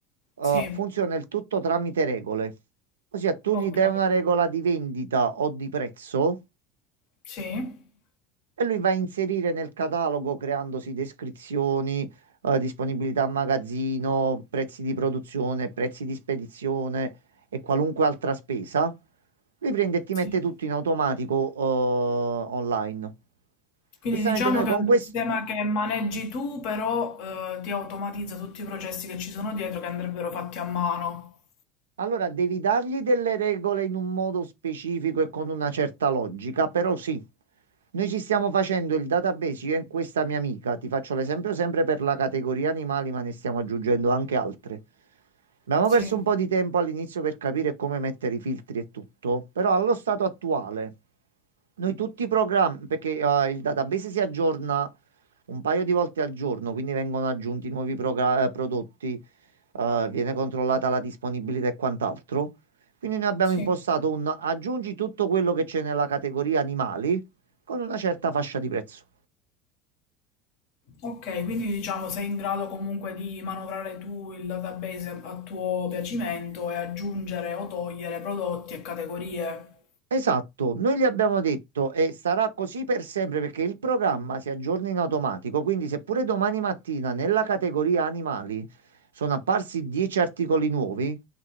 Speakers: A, on the right (about 85°); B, on the left (about 65°).
A: eh,
B: Sì,
A: funziona il tutto tramite regole. Ossia, tu
B: ok,
A: gli dai una regola di vendita o di prezzo,
B: sì,
A: e lui va a inserire nel catalogo creandosi descrizioni, eh, disponibilità a magazzino, prezzi di produzione, prezzi di spedizione e qualunque altra spesa. Lui prende e ti
B: sì.
A: mette tutto in automatico, eh, online.
B: Quindi
A: Giustamente
B: diciamo
A: noi
B: che
A: con
B: è un
A: questo
B: sistema che maneggi tu, però eh, ti automatizza tutti i processi che ci sono dietro che andrebbero fatti a mano.
A: Allora, devi dargli delle regole in un modo specifico e con una certa logica, però sì, noi ci stiamo facendo il database, io e questa mia amica, ti faccio l'esempio sempre per la categoria animali, ma ne stiamo aggiungendo anche altre. Abbiamo
B: Sì,
A: perso un po' di tempo all'inizio per capire come mettere i filtri e tutto, però allo stato attuale. Noi tutti i programmi, perché eh, il database si aggiorna un paio di volte al giorno, quindi vengono aggiunti nuovi progra- eh, prodotti, eh, viene controllata la disponibilità e quant'altro. Quindi noi abbiamo
B: sì.
A: impostato un aggiungi tutto quello che c'è nella categoria animali con una certa fascia di prezzo.
B: Ok, quindi diciamo sei in grado comunque di manovrare tu il database a a tuo piacimento e aggiungere o togliere prodotti e categorie.
A: Esatto, noi gli abbiamo detto e sarà così per sempre perché il programma si aggiorna in automatico, quindi seppure domani mattina nella categoria animali sono apparsi 10 articoli nuovi,